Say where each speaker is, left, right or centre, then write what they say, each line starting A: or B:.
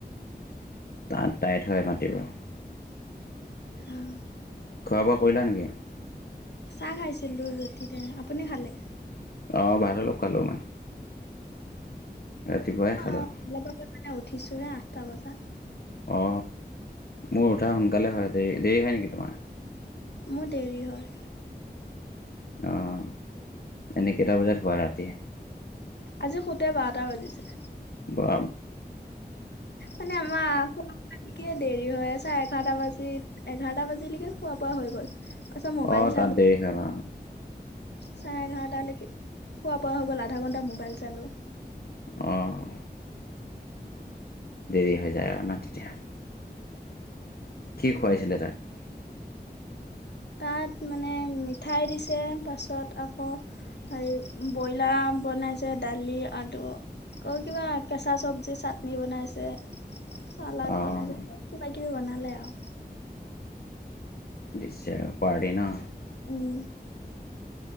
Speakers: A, on the left; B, on the left.
A: তাত টাইত হয় মাটিবোৰ।
B: আহ।
A: খোৱা বোৱা কৰিলা নেকি?
B: চাহ খাইছিলো, ৰুটি আপুনি খালে।
A: অ ভাত অলপ খালো মই। ৰাতিপুৱাই
B: অ
A: খালোঁ
B: মে উঠিছো হে আঠটা বজাত।
A: অ মোৰ উঠা সোনকালে হয় দে দেৰি হয় নেকি তোমাৰ?
B: মোৰ দেৰি হয়।
A: আহ এনে কেইটা বজাত হোৱা ৰাতি?
B: আজি সোতে বাৰটা বাজিছে।
A: বা
B: মানে আমাৰে দেৰি হৈ আছে। তাত এঘাৰটা বাজিত, এঘাৰটা বাজিলৈকে খোৱা-বোৱা হৈ গ'ল। তাৰপিছত মোবাইল
A: অ
B: চালোঁ
A: তাত দেৰি হ'ল অ।
B: চাৰে এঘাৰটালৈকে খোৱা বোৱা হৈ গ'ল আধা ঘণ্টা মোবাইল চালোঁ।
A: আহ। দেৰি হৈ যায় আৰু ন তেতিয়া। কি খুৱাইছিলে তাত?
B: তাত মানে মিঠাই দিছে পাছত আকৌ হে ব্ৰইলাৰ বনাইছে দালি, আলু আ কিবা কেঁচা চবজি চাটনি বনাইছে। চালড
A: অঁ
B: বনাইছে কিবা কিবি বনালে আৰু।
A: দিছে আৰু পাৰ্টি ন।
B: উম